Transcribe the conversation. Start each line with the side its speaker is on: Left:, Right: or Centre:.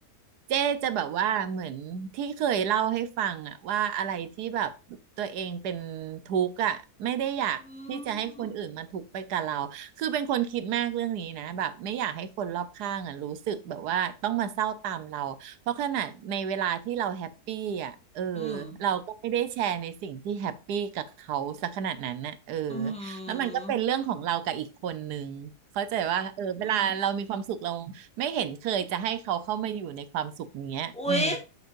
Right: เจ๊จะแบบว่าเหมือนที่เคยเล่าให้ฟังอะว่าอะไรที่แบบตัวเองเป็นทุกข์อะไม่ได้อยากที่จะให้คนอื่นมาทุกข์ไปกับเราคือเป็นคนคิดมากเรื่องนี้นะแบบไม่อยากให้คนรอบข้างอะรู้สึกแบบว่าต้องมาเศร้าตามเราเพราะขนาดในเวลาที่เราแฮปปี้อะเออ
Centre: อืมอืม
Right: เราก็ไม่ได้แชร์ในสิ่งที่แฮปปี้กับเขาสักขนาดนั้นน่ะเออ
Centre: อื
Right: แล้วมันก็เป็นเรื่องของเรากับอีกคนนึงเข้าใจว่าเออเวลาเรามีความสุขเรา
Centre: มอืม
Right: ไม่เห็นเคยจะให้เขาเข้ามาอยู่ในความสุขเนี้ยอืม
Centre: อุ๊ย